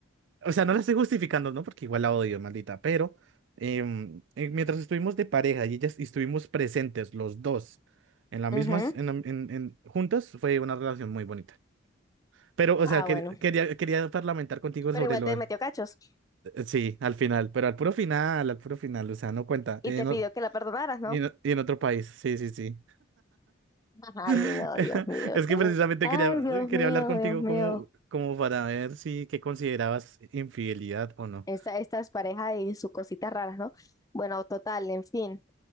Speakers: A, on the right; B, on the left.
A: O sea, no la estoy justificando, ¿no? Porque igual la odio, maldita, pero em, eh, mientras estuvimos de pareja y ellas y estuvimos presentes los dos en la misma,
B: Ujú.
A: en, la- en, en- juntos, fue una relación muy bonita. Pero, o
B: Ah,
A: sea, que-
B: bueno.
A: quería, quería parlamentar contigo
B: Pero
A: sobre
B: igual
A: lo...
B: te
A: eh,
B: metió cachos
A: Sí, al final, pero al puro final, al puro final, o sea, no cuenta.
B: y
A: Y
B: te
A: en, o-
B: pidió que la perdonaras, ¿no?
A: y en, o- y en otro país, sí, sí, sí.
B: Ay,
A: <laughs>
B: no, Dios mío.
A: Es que precisamente
B: Ay,
A: quería,
B: Dios
A: quería
B: mío,
A: hablar contigo
B: Dios mío.
A: como, como para ver si qué considerabas infidelidad o no.
B: Esa- estas parejas y sus cositas raras, ¿no? Bueno, total, en fin.